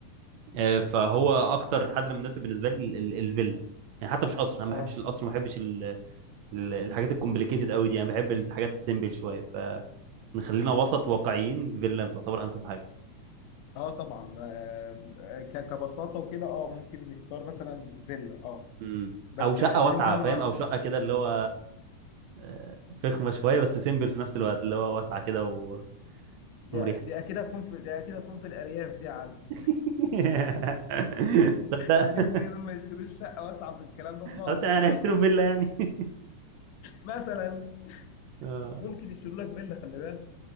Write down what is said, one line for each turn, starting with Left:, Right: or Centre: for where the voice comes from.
Right: آه، فهو اكتر حل مناسب بالنسبه لي ال- ال- الفيلا يعني حتى مش قصر انا
Left: اه
Right: ما بحبش القصر ما بحبش ال- ال- الحاجات الكومبليكيتد قوي دي انا بحب الحاجات السيمبل شويه فنخلينا وسط واقعيين فيلا تعتبر انسب حاجه
Left: اه طبعا آه، آه، ك- كبساطه وكده اه ممكن نختار مثلا فيلا اه
Right: امم
Left: بس
Right: او شقه
Left: آه، المليون
Right: واسعه
Left: جنيه النا-
Right: فاهم او شقه كده اللي هو آه، فخمه شويه بس سيمبل في نفس الوقت اللي هو واسعه كده و-
Left: دي
Right: ومريحه
Left: دي اكيد هتكون في دي اكيد هتكون في الارياف دي يا علي
Right: <laughs> تصدق
Left: مليون
Right: <laughs>
Left: جنيه دول ما يشتروش شقه واسعه في الكلام ده خالص
Right: خلاص يعني
Left: النهارده
Right: انا هشتري فيلا يعني <laughs>
Left: مثلا
Right: آه.
Left: ممكن يشتروا لك فيلا خلي بالك